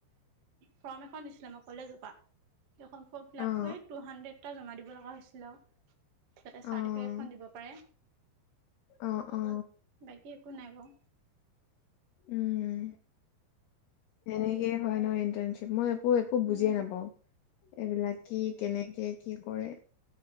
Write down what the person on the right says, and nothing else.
ফৰ্ম এখন দিছিলে মোক কলেজৰ পৰা। সেইখন ফৰ্ম ফিল আপ
কৰি টু হানড্ৰেটা জমা দিব লগা হৈছিল আৰু। চাৰ্টিফিকেটখন
দিব পাৰে।
বাকী একো নাই বাৰু
উম